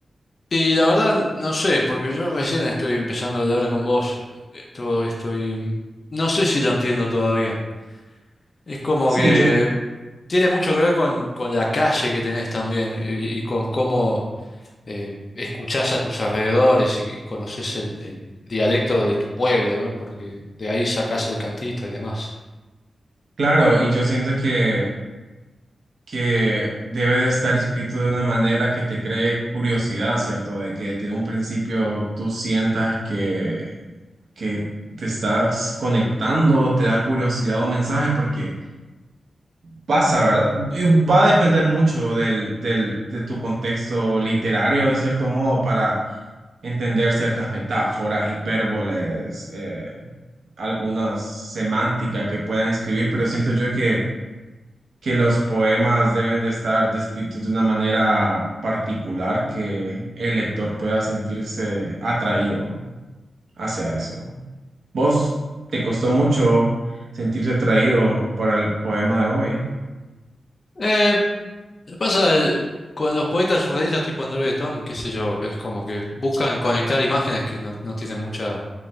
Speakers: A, on the left; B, on the right.
A: Y la verdad, no sé, porque yo recién estoy empezando a hablar con vos eh, todo esto y no sé si lo entiendo todavía. Es como
B: Sí,
A: que
B: yo,
A: tiene mucho que ver con, con la calle que tenés también y, y con cómo eh, escuchás a tus alrededores y, conoces el, el dialecto de tu pueblo, ¿no? Porque de ahí sacás el cantito y demás.
B: claro, y yo siento que, que debe de estar escrito de una manera que te cree curiosidad, ¿cierto? De que de un principio tú sientas que, que te estás conectando, te da curiosidad o mensaje, porque Pasa, ¿verdad? Y Va a depender mucho del, del, de tu contexto literario, de cierto modo, para entender ciertas metáforas, hipérboles, eh, algunas semánticas que puedan escribir, pero siento yo que, que los poemas deben de estar descritos de una manera particular que el lector pueda sentirse atraído hacia eso. ¿Vos te costó mucho sentirte atraído por el poema de hoy?
A: Eh, pasa eh, con los poetas surrealistas tipo André Breton, qué sé yo, es como que buscan conectar imágenes que no, no tienen mucha